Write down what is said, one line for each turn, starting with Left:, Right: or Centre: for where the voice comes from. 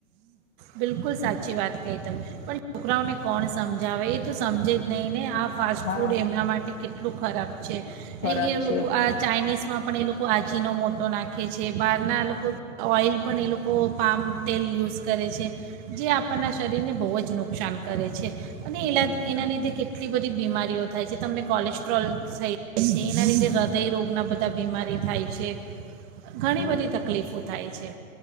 Right: બિલકુલ સાચી વાત કહી તમે. પણ છોકરાઓને કોણ સમજાવે એ તો સમજે જ નહીં ને આ ફાસ્ટ
Left: હા
Right: ફૂડ એમના માટે કેટલું ખરાબ છે
Left: ખરાબ
Right: એ એ
Left: છે
Right: લોકો આ ચાઇનીઝ માં પણ એ લોકો આજીનો મોટો નાખે છે બહારના લોકો ઓઇલ પણ એ લોકો પામ તેલ યુઝ કરે છે. જે આપ આપણના શરીરને બહુ જ નુકસાન કરે છે. અને
Left: હમ
Right: એલા એના લીધે કેટ ટલી બધી બીમારીઓ થાય છે. તમને કોલેસ્ટ્રોલ થઈ જાય છે. એના લીધે હૃદયરોગના બધા બીમારી થાય છે. ઘણી
Left: હમ
Right: બધી તકલીફો થાય છે.